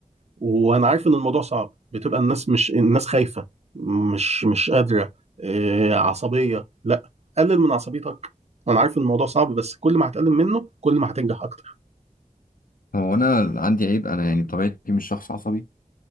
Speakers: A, on the right; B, on the left.
A: وانا عارف ان الموضوع صعب بتبقى الناس مش الناس خايفة مش مش قادرة آه، عصبية لا قلل من عصبيتك انا عارف ان الموضوع صعب بس كل ما هتقلل منه كل ما هتنجح اكتر
B: هو انا عندي عيب انا يعني بطبيعتي مش شخص عصبي